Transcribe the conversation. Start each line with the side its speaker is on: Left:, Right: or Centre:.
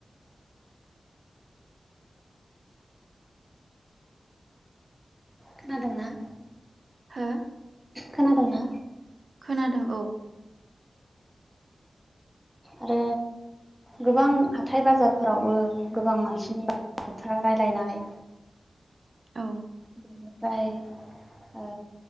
Centre: खोनादोंना?
Right: हो
Centre: खोनादोंंना?
Right: खोनादों औ।
Centre: आरो गोबां हाथाय -बाजारफोरावबो गोबां मानसिनि ब- बाथ्रा रायलायनाय
Right: औ।
Centre: बेनिफ्राय ओ